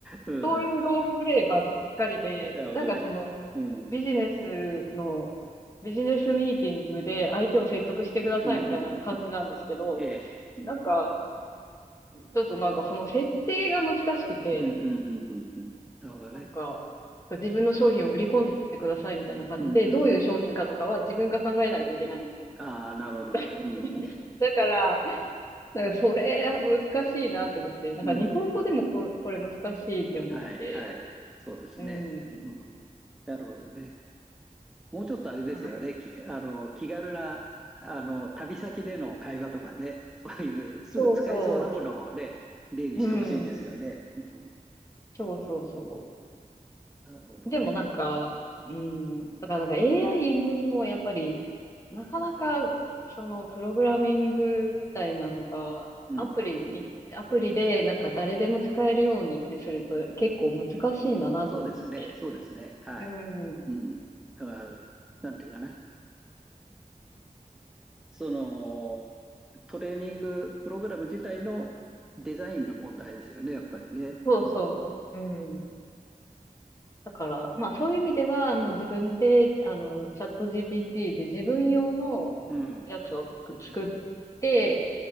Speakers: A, in the centre; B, on the left (about 20°).
A: うんうんうん。
B: そういうロールプレイばっかりで、
A: なるほどね。
B: なんかその、
A: うん。
B: ビジネスの、
A: うん
B: ビジネスミーティングで相手を説得してくださいみたいな感じなんですけど、
A: うんうんうん。ええ。
B: なんか、ちょっとなんかその設定が難しくて、
A: うんうんうんうんうん。なるほどね。
B: なんか、そう自分の商品を売り込んでくださいみたいな感じで、
A: うんうんうんうん。
B: どういう商品かとかは自分が考えないといけないんですよ。
A: ああ、なるほど。
B: <laughs>
A: うん。うん
B: だから、なんかそれ難しいなって思って、なんか日本語でもこ、
A: うんうん。
B: これ難しいって思って、
A: はい、はい。そうですね。
B: うん。
A: うん。なるほどね。もうちょっとあれですよね。
B: はい。
A: き、あの、気軽な、あの、旅先での会話とかね。そういう、すぐ使えそうなものをね、
B: そうそう。そ
A: 例にしてほしいですよね。
B: うん。
A: うん。
B: そうそうそう。
A: なるほどね。
B: でもなんか、
A: うん。
B: うん、だからなんか AI ももうやっぱり、なかなか、その、プログラミングみたいなのが、
A: うん。
B: アプリに、アプリでなんか誰でも使えるようにってすると結構難しいんだなと思って。
A: そうですね。そうですね。はい。
B: うん。
A: うん。だから、なんていうかな。その、トレーニングプログラム自体のデザインの問題ですよね、やっぱりね。
B: そうそう。
A: うん。
B: うん。だから、まあそういう意味では、もう自分で、あの、チャット GPT で自分用のやつを作作って、
A: うん。